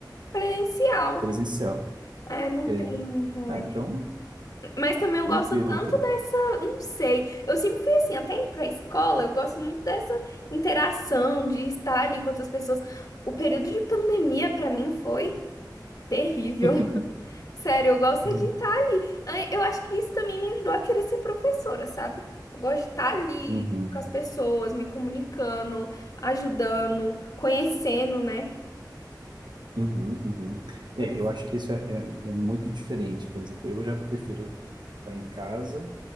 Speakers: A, on the left (about 50°); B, on the right (about 75°).
A: presencial.
B: Presencial.
A: É, não
B: É.
A: tem online.
B: Ah, então,
A: Mas também eu
B: tranquilo,
A: gosto tanto
B: então.
A: dessa. Não sei. Eu sempre fui assim, até indo pra escola, eu gosto muito dessa interação, de estar ali com outras pessoas. O período de pandemia, pra mim, foi terrível.
B: <laughs>
A: Sério, eu gosto
B: Uhum,
A: é de estar ali. Ah, Eu acho que isso também me ajudou a querer ser professora, sabe? Eu gosto de estar ali
B: uhum,
A: com as pessoas, me comunicando, ajudando, conhecendo, né?
B: uhum, uhum. É,
A: Por isso,
B: eu acho que isso é, é, é muito diferente. Por exemplo, eu já prefiro Tá em casa.